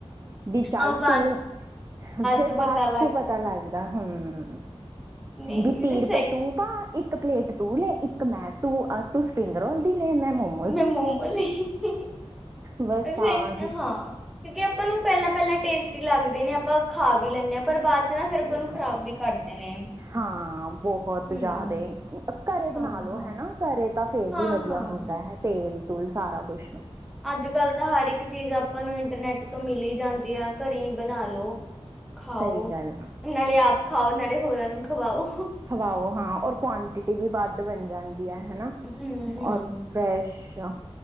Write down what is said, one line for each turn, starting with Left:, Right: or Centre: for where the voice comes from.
Right: ਵੀ ਚੱਲ
Centre: ਉਹ ਬਾਅਦ
Right: ਤੂੰ, ਫੇਰ
Centre: ਚ
Right: ਬਾਅਦ
Centre: ਪਤਾ ਲੱਗ
Right: ਚੋਂ ਪਤਾ ਲੱਗਦਾ ਹੂੰ,
Centre: ਨਹੀਂ
Right: ਵੀ ਤੀਹ
Centre: ਜੇ
Right: ਰੁਪਏ
Centre: ਸਹੀ
Right: ਤੂੰ ਤਾਂ ਇੱਕ ਪਲੇਟ ਤੂੰ ਲੈ, ਇੱਕ ਮੈਂ, ਤੂੰ ਅ ਤੂੰ ਸਪਰਿੰਗ ਰੋਲ ਦੀ ਲੇ, ਮੈਂ ਮੋਮੋ
Centre: ਮੈਂ ਮੋਮੋ ਨਹੀਂ-ਨਹੀਂ
Right: ਬਸ
Centre: ਐ
Right: ਆਹੀ
Centre: ਹਾਂ। ਕਿਉਂਕਿ, ਆਪਾਂ ਨੂੰ ਪਹਿਲਾਂ-ਪਹਿਲਾਂ ਟੇਸਟੀ ਲੱਗਦੇ ਨੇ, ਆਪਾਂ ਉਹ ਖਾ ਵੀ ਲੈਂਨੇ ਆ, ਪਰ ਬਾਅਦ ਤੇ ਨਾ ਫੇਰ
Right: ਸਹੀ
Centre: ਆਪਾਂ ਨੂੰ ਖ਼ਰਾਬ
Right: ਗੱਲ ਹੈ
Centre: ਵੀ ਕਰਦੇ ਨੇ।
Right: ਹਾਂ, ਬਹੁਤ
Centre: ਹੂੰ
Right: ਜ਼ਾਦੇ, ਘਰੇ
Centre: ਹਾਂ
Right: ਬਣਾ ਲੋ
Centre: ਹਾਂ
Right: ਹੈਨਾ। ਘਰੇ ਤਾਂ ਫੇਰ
Centre: ਹਾਂ-ਹਾਂ
Right: ਵੀ ਵਧੀਆ ਹੁੰਦਾ ਹੈ, ਤੇਲ-ਤੂਲ ਸਾਰਾ ਕੁਛ।
Centre: ਅੱਜ-ਕੱਲ੍ਹ ਤਾਂ ਹਰ ਇੱਕ ਚੀਜ਼ ਆਪਾਂ ਨੂੰ ਇੰਟਰਨੈਟ ਤੋਂ ਮਿਲੀ ਜਾਂਦੀ ਆ, ਘਰੇ ਈ ਬਣਾ ਲੋ। ਖਾਓ,
Right: ਸਹੀ ਗੱਲ ਆ
Centre: ਨਾਲੇ ਆਪ ਖਾਓ, ਨਾਲੇ ਹੋਰਾਂ ਨੂੰ ਖਵਾਓ।
Right: ਖਵਾਓ ਹਾਂ, ਔਰ ਕੁਆਂਟਿਟੀ ਵੀ ਵੱਧ ਬਣ ਜਾਂਦੀ ਐ ਹਨਾ।
Centre: ਹੂੰ-ਹੂੰ
Right: ਔਰ ਫਰੈਸ਼ ਆ।